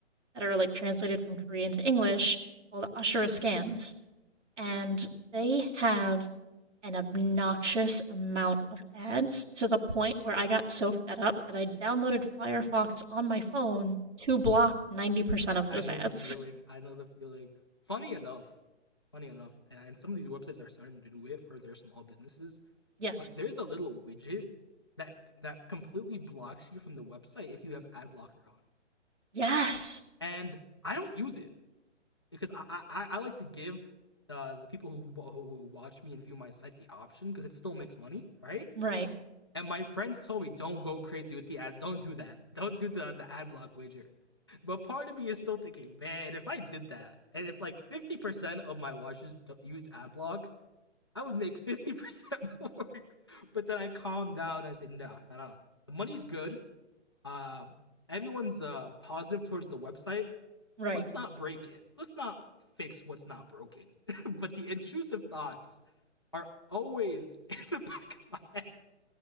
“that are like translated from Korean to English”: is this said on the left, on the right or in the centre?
Right